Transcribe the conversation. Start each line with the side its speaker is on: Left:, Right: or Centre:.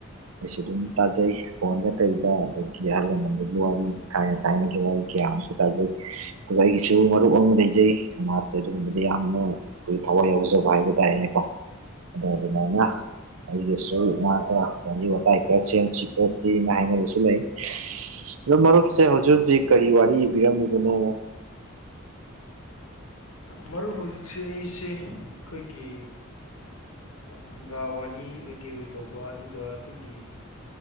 Right: ꯑꯩꯁꯨ ꯑꯗꯨꯝ ꯇꯥꯖꯩ꯫ ꯐꯣꯟꯗ ꯀꯩꯗ ꯑꯗꯒꯤ ꯑꯍꯜ ꯂꯃꯟꯒꯤ ꯋꯥꯔꯤ ꯊꯥꯏꯅꯒꯤ ꯋꯥꯔꯤ ꯀꯌꯥ ꯑꯃꯁꯨ ꯇꯥꯖꯩ꯫ ꯑꯗ ꯑꯩꯒꯤꯁꯨ ꯃꯔꯨꯞ ꯑꯃꯥ ꯂꯩ ꯄꯖꯩ ꯁꯃꯥꯖꯁꯦ ꯑꯗꯨꯒꯨꯝꯕꯗ ꯌꯥꯝꯅ ꯑꯩꯈꯣꯏ ꯊꯋꯥꯏ ꯌꯥꯎꯖꯕ ꯍꯥꯏꯕ ꯇꯥꯔꯦꯅꯦꯀꯣ ꯑꯗ ꯑꯗꯨ ꯃꯥꯥꯏꯅ ꯑꯩꯒꯤꯁꯨ ꯃꯒ ꯋꯥꯔꯤ ꯋꯥꯇꯥꯏ ꯈ ꯁꯦꯝ ꯁꯤꯀꯣ ꯁꯤꯅ ꯍꯥꯏꯅꯕꯁꯨ ꯂꯩ ꯑꯗꯣ ꯃꯔꯨꯞꯁꯦ ꯍꯧꯖꯤꯛ ꯍꯧꯖꯤꯛ ꯀꯔꯤ ꯋꯥꯔꯤ ꯏꯕꯤꯔꯝꯃꯤꯕꯅꯣ
Left: ꯃꯔꯨꯞ ꯍꯧꯖꯤꯛꯁꯦ ꯑꯩꯁꯦ ꯑꯩꯈꯣꯏꯒꯤ ꯐꯨꯡꯒꯥ ꯋꯥꯔꯤ ꯑꯣꯏ ꯀꯩ ꯑꯣꯏ ꯇꯧꯕ ꯑꯗꯨꯒ ꯑꯩꯈꯣꯏꯒꯤ